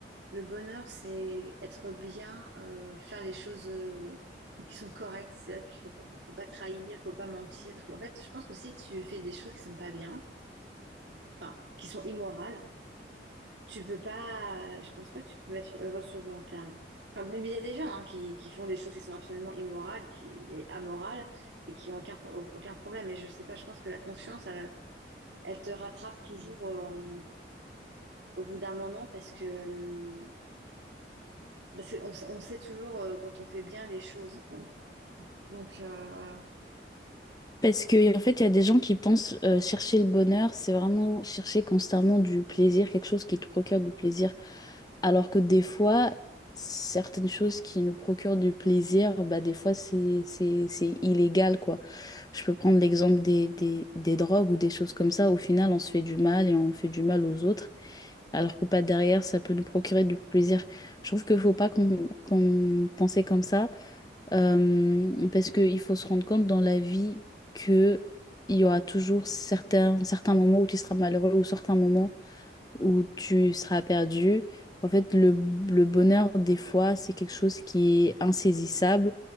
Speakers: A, on the right; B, on the left.
A: Le bonheur, c'est être bien, euh, faire les choses euh, qui sont correctes. C'est-à-dire qu'il ne faut pas, faut pas trahir, faut pas mentir. Parce qu'en fait, je pense que si tu fais des choses qui sont pas bien, enfin, qui sont immorales, tu peux pas, je pense pas que tu peux être heureux sur le long terme. Enfin, mais il y a des gens hein, qui, qui font des choses qui sont absolument immorales, qui, et amorales, et qui ont aucun, pro- aucun problème. Mais je sais pas, je pense que la conscience, elle, elle te rattrape toujours euh, au bout d'un moment parce que hum, Parce qu'on s- on sait toujours euh, quand on fait bien les choses. Donc, euh,
B: Parce que, en fait, il y a des gens qui pensent euh, chercher le bonheur, c'est vraiment chercher constamment du plaisir, quelque chose qui te procure du plaisir. Alors que des fois, certaines choses qui nous procurent du plaisir, bah, des fois, c'est, c'est, c'est illégal, quoi. Je peux prendre l'exemple des, des, des drogues ou des choses comme ça. Au final, on se fait du mal et on fait du mal aux autres. Alors que pas derrière, ça peut nous procurer du plaisir. Je trouve qu'il faut pas qu'on qu'on pensait comme ça. Euh, parce qu'il faut se rendre compte dans la vie que il y aura toujours certains, certains moments où tu seras malheureux ou certains moments où tu seras perdu. En fait, le, le bonheur, des fois, c'est quelque chose qui est insaisissable